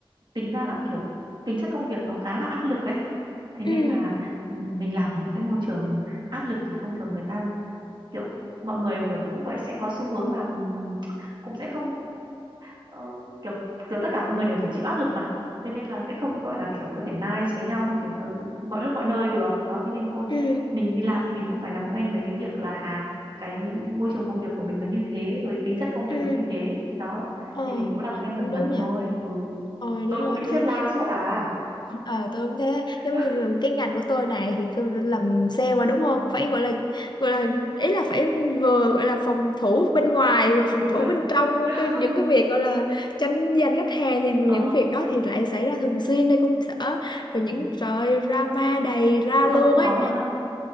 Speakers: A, on the right; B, on the left.
A: tính ra là kiểu tính chất công việc nó khá là áp lực ấy thế nên
B: ừ
A: là ừm, mình làm ở những cái môi trường áp lực thì thông thường người ta kiểu mọi người kiểu cũng quậy- sẽ có xu hướng làm cũng sẽ không ờ, kiểu kiểu tất cả mọi người đều phải chịu áp lực mà thế nên là sẽ không gọi là kiểu có thể nice với nhau không thể có mọi lúc mọi nơi được đó thế nên thôi
B: ừ
A: mình đi làm thì mình cũng phải làm quen với cái việc là à, cái môi trường công việc của mình nó như thế rồi tính chất công việc
B: ừ
A: nó như thế đó
B: ờ
A: thì mình cũng làm quen dần
B: cũng đúng
A: dần
B: nha
A: thôi ừ
B: ờ
A: tôi
B: đúng
A: cũng
B: rồi
A: bị
B: tôi
A: sếp la suốt à
B: ờ tôi cũng thế
A: <laughs>
B: giống như là cái ngành của tôi này thì tôi đã làm sale mà đúng không phải gọi là gọi là ý là phải vừa gọi là phòng thủ bên ngoài vừa phòng
A: đúng
B: thủ
A: rồi
B: bên trong
A: <laughs>
B: cái, những cái việc gọi là tranh giành khách hàng thì những
A: ờ
B: việc đó thì lại xảy ra thường xuyên nơi công sở rồi
A: ừ.
B: những trời ơi, drama đầy ra
A: chỗ
B: luôn
A: tôi cũng
B: ấy
A: có luôn á